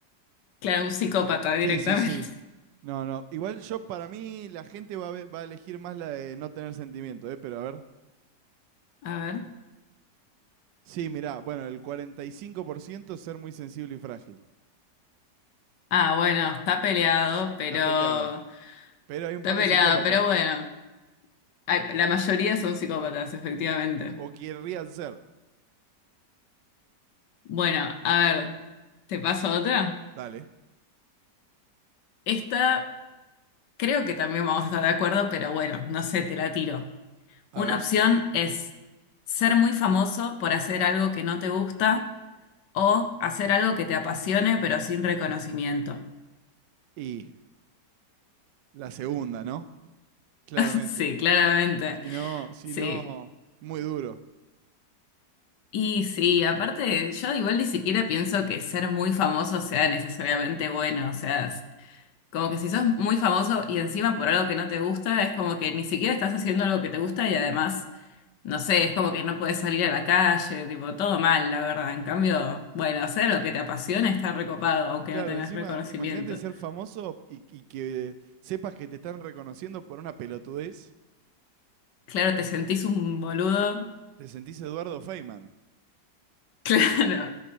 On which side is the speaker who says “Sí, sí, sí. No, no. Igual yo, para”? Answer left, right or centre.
Right